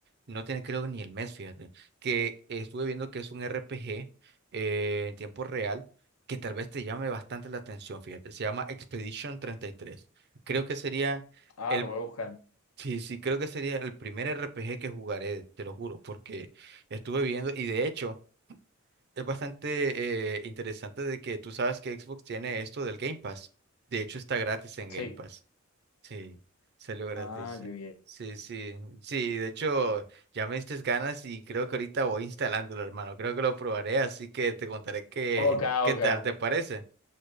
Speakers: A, on the right; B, on the left.
A: No tiene creo ni el mes, fíjate. Que estuve viendo que es un RPG eh, en tiempo real que tal vez te llame bastante la atención, fíjate. Se llama Expedition 33. Creo que sería
B: Ah,
A: el,
B: lo voy a buscar.
A: sí, sí, creo que sería el primer RPG que jugaré, te lo juro, porque estuve viendo y de hecho es bastante eh, interesante de que tú sabes que Xbox tiene esto del Game Pass. De hecho está gratis en
B: Sí.
A: Game Pass. Sí, salió gratis.
B: Ah, qué bien.
A: Sí, sí, sí, de hecho ya me diste ganas y creo que ahorita voy instalándolo, hermano. Creo que lo probaré, así que te contaré qué,
B: Ok,
A: qué
B: ok.
A: tal te parece.